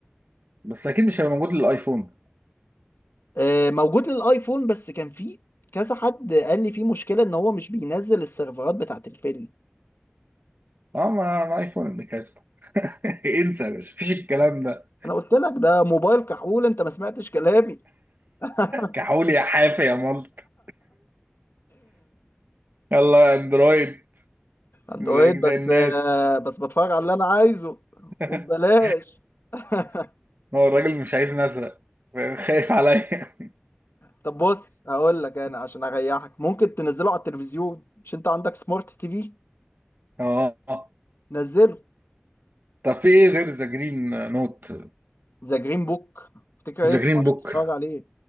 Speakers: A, on the right; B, on the left.
A: بس اكيد مش هيبقى موجود للايفون
B: آه، موجود للايفون بس كان فيه كذا حد قال لي فيه مشكله ان هو مش بينزل السيرفرات بتاعت الفيلم
A: اه ما الايفون اللي كاسب <laughs> انسى يا باشا مفيش الكلام ده
B: انا قلت لك ده موبايل كحول انت ما سمعتش كلامي <laughs>
A: كحول يا حافي يا ملط يلا اندرويد
B: اندرويد
A: زيك زي
B: بس
A: الناس
B: آه، بس بتفرج على اللي انا عايزه
A: <laughs>
B: وببلاش <laughs>
A: هو الراجل مش عايزني اسرق <laughs> فاهم؟ خايف عليا
B: طب بص هقول لك انا
A: <laughs>
B: عشان اريحك ممكن تنزله على التلفزيون مش انت عندك سمارت تي في
A: اه
B: نزله
A: طب في ايه غير ذا جرين نوت
B: ذا جرين بوك افتكر
A: ذا
B: اسمه
A: جرين
B: عشان
A: بوك
B: تتفرج عليه